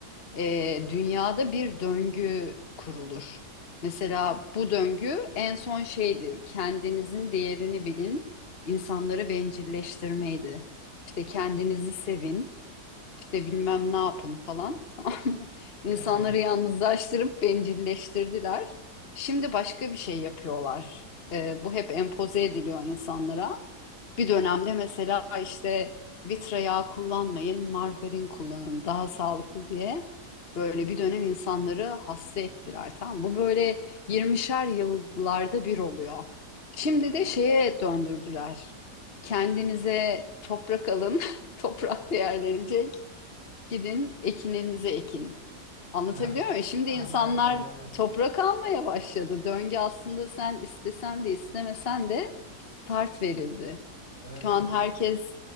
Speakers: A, on the left; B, on the left.
A: e, dünyada bir döngü kurulur. Mesela bu döngü en son şeydi, kendinizin değerini bilin, insanları bencilleştirmeydi. İşte kendinizi sevin, işte bilmem ne yapın falan <laughs> tamam mı?
B: <laughs>
A: İnsanları
B: Aynen.
A: yalnızlaştırıp bencilleştirdiler. Şimdi başka bir şey yapıyorlar. E, bu hep empoze ediliyor insanlara. Bir dönemde mesela işte vitra yağı kullanmayın, margarin kullanın daha sağlıklı diye böyle bir dönem insanları hasta ettiler. Tamam. Bu böyle 20'şer yıllarda bir oluyor. Şimdi de şeye döndürdüler. Kendinize toprak alın, <laughs> toprak değerlenecek. Gidin ekininizi ekin. Anlatabiliyor
B: <laughs>
A: muyum? Şimdi
B: Aynen
A: insanlar
B: aynen.
A: toprak almaya başladı. Döngü aslında sen istesen de istemesen de start verildi.
B: Evet
A: Şu
B: evet
A: an
B: Ya-
A: herkes...